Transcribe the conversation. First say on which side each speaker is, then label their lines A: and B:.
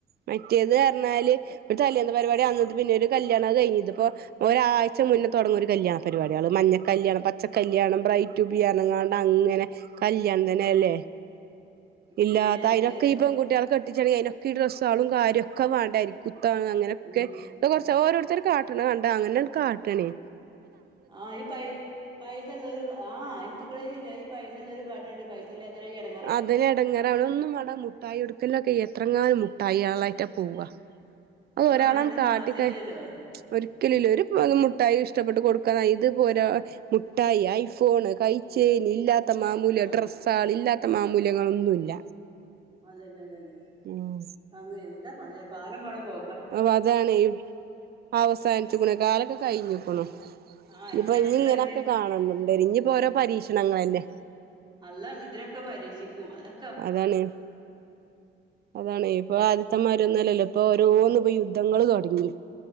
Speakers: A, on the right (about 50°); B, on the right (about 25°).
A: മറ്റേത് അർഞ്ഞാല് തലേന്ന് പര്പാടി അന്ന് പിന്നൊരു കല്യാണം അഹ് കൈഞ്ഞ് ഇത്പ്പൊ ഒരാഴ്ച മുന്നേ തൊട്ങ്ങൊരു കല്യാണ പരിപാടികള് മഞ്ഞ കല്യാണം പച്ച ക്കല്യാണം ബ്രൈറ്റുബി അർഞ്ഞാണ്ട അങ്ങനെ കല്യാണം തന്നല്ലേ
B: പിന്നെ
A: ഇല്ലാത്താ
B: അയിന്
A: അയിനൊക്കെ
B: ഇതൊക്കെ
A: ഈ പെൺട്ടിയോളെ കെട്ടിച്ചാണെങ്കിൽ അയിനൊക്കെ ഈ ഡ്രസ്സുകളും കാര്യൊക്കെ വാണ്ടേ അരികുത്താനും അങ്ങനെ തൊക്കെ
B: ഉം
A: കൊറച്ച് ഓരോർത്തർ കാട്ട്ണ കണ്ടാ അങ്ങനെണ്ട് കാട്ടണേ
B: ആഹ് ഈ പൈ പൈസല്ലൊരു ആഹ് ഇന്ദുക്കളില്ല ഈ പൈസല്ലോര് കാട്ട്ണ കണ്ട് പൈസ ഇല്ലാത്തവര് ഈ എട
A: അതെന്നെ എടങ്ങേറാവുണ് ഒന്നും വേണ്ടാ മുട്ടായി കൊടുക്കലിനൊക്കെ എത്രങ്ങാനും മുട്ടായി ആയിട്ടാ പോവാ അത് ഒരാളങ്ങ്
B: ആഹ് അയിന്റൊന്നും
A: കാട്ടിക്കഴി
B: ആവശ്യം ഇല്ലല്ലോ
A: ഒരിക്കലും ഇല്ല ഒരു പ്പോ മുട്ടായി ഇഷ്ടപ്പെട്ട് കൊടുക്കാനാ ഇത്പ്പോരാ മുട്ടായി ഐഫോണ് കയ്ച്ചേന് ഇല്ലാത്ത മാമൂല്
B: ആഹ്
A: ഡ്രസ്സാള് ഇല്ലാത്ത മാമൂല്യങ്ങളൊന്നുല്ല
B: അതന്നെ അതന്നെ
A: ഉം
B: അങ്ങ് എന്താ പറയാ കാലം പോണ പോ
A: അപ്പൊ അതാണ് ഈ അവസാനിച്ച് ക്ക്ണു കാലൊക്കെ കഴിഞ്ഞുക്ക്ണ്
B: ആഹ് ഇനി
A: ഇപ്പൊ
B: എങ്ങട്ടാ
A: ഇഞ്ഞ് ഇങ്ങനെക്കെ
B: ഇനി
A: കാണണ്ടേരും ഇനിയിപ്പോ ഓരോ പരീക്ഷണങ്ങളന്നെ
B: അള്ള ഇതിനൊക്കെ പരീക്ഷിക്കും അതാ
A: അതാണ് ഉം അതാണ് ഇപ്പൊ ആദ്യത്തെമാരൊന്നുല്ലല്ലോ ഇപ്പൊ ഓരോന്ന് യുദ്ധങ്ങൾ തുടങ്ങി